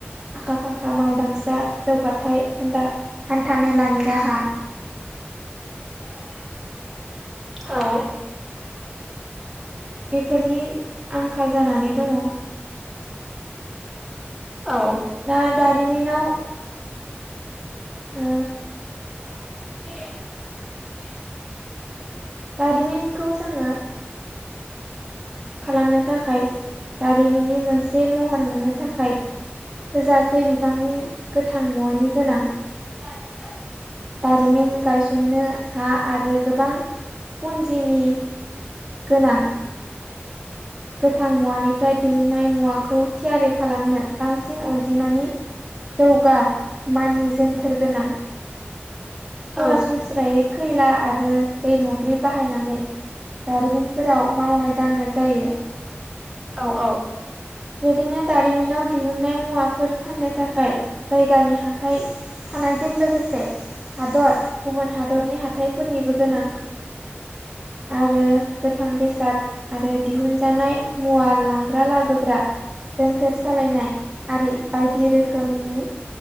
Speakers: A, on the right; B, in the centre.
A: आखा फाखा मावदांसा जौगाथाय हान्थामेलानि राहा
B: <inaudible> औ
A: बेफोरनि आंखाल जानानै दङ
B: औ
A: दा दारिमिनाव ओ
B: <unintelligible>
A: दारिमिनखौ जोङो खालामनो थाखाय दारिमिननि मोनसे महर मोननो थाखाय थोजासे बिबांनि गोथां मुवानि गोनां
B: <inaudible>
A: दारिमिन गायसननो हा आरो गोबां पुन्जिनि गोनां गोथां मुवानिफ्राय दिहुननाय मुवाखौ थियारि खालामनो बांसिन अनजिमानि जौगा मानि जोनथोर गोनां सरासनस्रायै
B: औ
A: खैला आरो दै मोब्लि बाहायनानै दारिमिनफोराव मावनाय दांनाय जायो
B: औ औ
A: बेदिनो तारिमिना दिहुनन्नाय मुवाफोर फाननो थाखाय जायगानि हाथाय थानायजों लोगोसे हादर गुबुन हादरनि हाथाइफोरनिबो गोनां
B: <inaudible>
A: आरो गोथां बेसाद आरो दिहुनजानाय मुवा लांग्रा लाबोग्रा जोनथोर सालायनाय आरि बायदि रोखोमनि